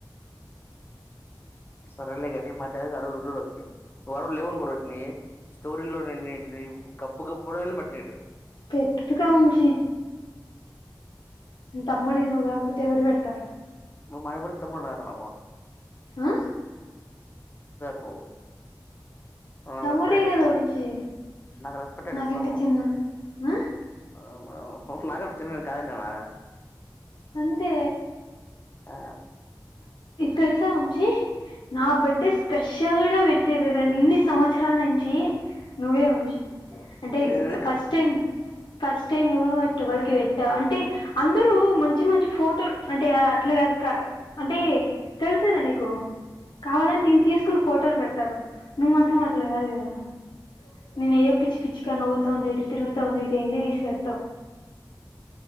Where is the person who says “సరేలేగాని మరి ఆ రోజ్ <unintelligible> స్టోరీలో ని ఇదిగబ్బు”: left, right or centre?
Left